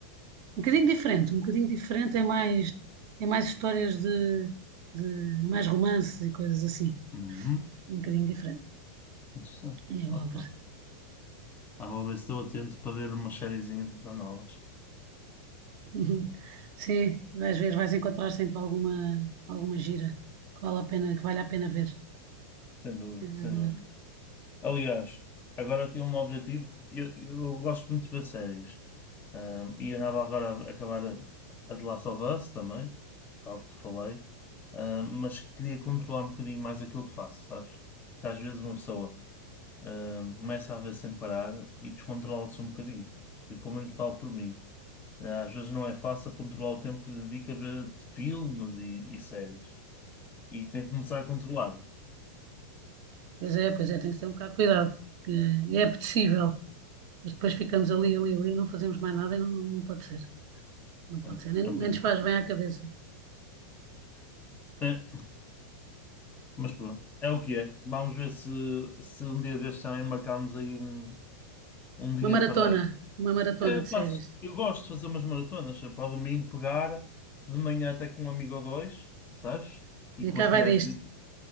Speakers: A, on the right; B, on the left.
A: um bocadinho diferente, um bocadinho diferente é mais, é mais histórias de, de mais romances e coisas assim.
B: Uhum.
A: É um bocadinho diferente.
B: Interessante.
A: É bom,
B: Ok. Ah, vou ver se estou atento para ver umas sériezinhas então novas.
A: Uhum. Sim, vais ver, vais encontrar sempre alguma, alguma gira que vale a pena, que vale a pena ver.
B: Sem dúvida,
A: É, é, é.
B: sem dúvida. Aliás, agora aqui um objetivo. Eu, eu gosto muito de ver séries. Ah, e andava agora a acabar a, a The Last of Us também, tal que te falei. Ah, mas queria controlar um bocadinho mais aquilo que faço, sabes? Porque às vezes uma pessoa ah, começa a ver sem parar e descontrola-se um bocadinho. E pelo menos falo por mim. Eh, Às vezes não é fácil controlar o tempo que dedica a ver filmes e, e séries. E tem que começar a controlar.
A: Pois é, pois é, tem que ter um bocado de cuidado, que é apetecível, mas depois ficamos ali, ali, ali, não fazemos mais nada e não, não pode ser, não pode
B: né?
A: ser, nem,
B: É, um
A: nem
B: bocadinho
A: nos faz
B: curtido.
A: bem à cabeça.
B: É, mas pronto, é o que é. Vamos ver se, se um dia destes também marcamos aí um, um dia
A: Uma maratona,
B: para.
A: uma maratona
B: É,
A: de
B: pá,
A: séries.
B: eu gosto de fazer umas maratonas. é Para o domingo pegar, de manhã até com um amigo ou dois, sabes? E com
A: E cá
B: as mulheres
A: vai disto.
B: de...